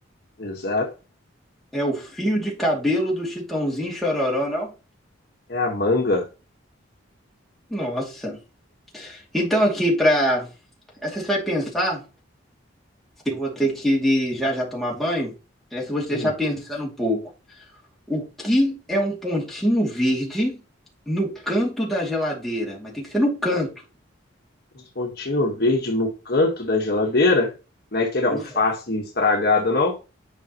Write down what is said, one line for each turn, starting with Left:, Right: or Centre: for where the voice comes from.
Left: Exato.
Centre: É o fio de cabelo do Chitãozinho Chororó, não?
Left: É a manga.
Centre: Nossa. Então aqui, pra... Essa você vai pensar, eu vou ter que ir já já tomar banho. Essa eu vou te deixar
Left: Hum.
Centre: pensando um pouco. O que é um pontinho verde no canto da geladeira? Mas tem que ser no canto.
Left: Um pontinho verde no canto da geladeira. Não é aquele alface
Centre: É.
Left: estragado, não?